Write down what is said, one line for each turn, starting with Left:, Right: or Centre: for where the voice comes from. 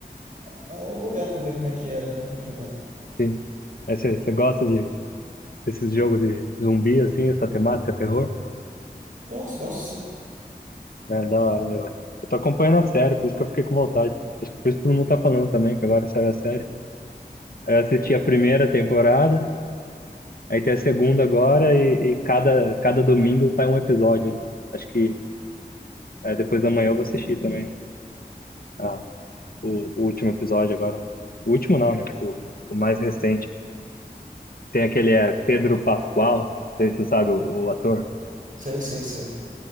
Right: a olhar pra ver como é que era, né? Jogar.
Left: Sim. Aí você, você gosta de desses jogos de zumbi, assim, essa temática, terror?
Right: Gosto, gosto sim.
Left: É da hora. Eu, eu tô acompanhando a série, por isso que eu fiquei com vontade. Acho que por isso que todo mundo tá falando também, que agora saiu a série. Aí Eu assisti a primeira temporada. Aí tem a segunda agora e, e cada, cada domingo sai um episódio, né? Acho que é, depois da manhã eu vou assistir também ah, o, o último episódio agora. O último não, né? O, o mais recente. Tem aquele é, Pedro Pascoal, não sei se você sabe, o, o ator.
Right: Sei, sei, sei.